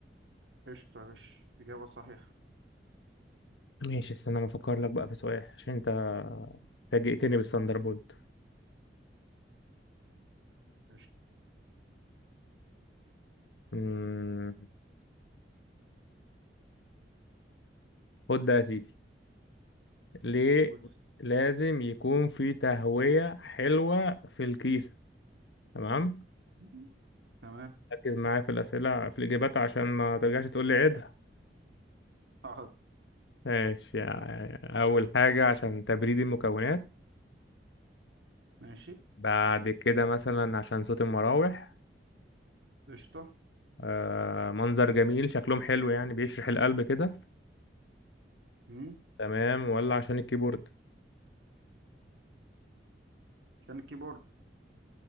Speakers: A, on the right; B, on the left.
A: قشطة يا باشا إجابة صحيحة
B: ماشي استنى ما افكر لك بقى في سؤال عشان انت فاجئتني بالثاندر بولت
A: قشطة
B: أمم، خد ده يا سيدي ليه
A: قول
B: لازم يكون في تهوية حلوة في الكيسة تمام
A: مم. تمام
B: ركز معايا في الأسئلة في الإجابات عشان ما ترجعش تقول لي عيد
A: حاضر
B: ماشي يعني أول حاجة عشان تبريد المكونات
A: ماشي
B: بعد كده مثلا عشان صوت المراوح
A: قشطة
B: آه منظر جميل شكلهم حلو يعني بيشرح القلب كده
A: مم.
B: تمام ولا عشان الكيبورد
A: عشان الكيبورد